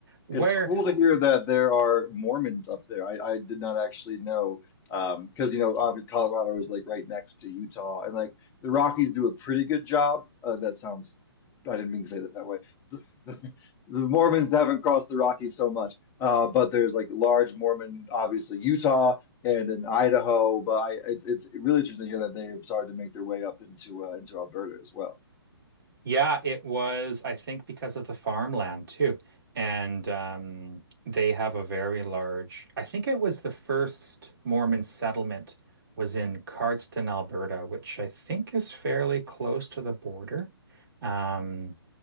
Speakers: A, on the right; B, on the left.
A: Where
B: It's cool to hear that there are Mormons up there. I, I did not actually know um, because you know obviously Colorado is like right next to Utah and like the Rockies do a pretty good job. Uh, that sounds I didn't mean to say that that way. The, the, the Mormons haven't crossed the Rockies so much, uh, but there's like large Mormon obviously Utah and in Idaho. But I, it's it's really interesting to hear that they have started to make their way up into uh, into Alberta as well.
A: Yeah, it was, I think, because of the farmland too. And um, they have a very large, I think it was the first Mormon settlement was in Cardston, Alberta, which I think is fairly close to the border. Um,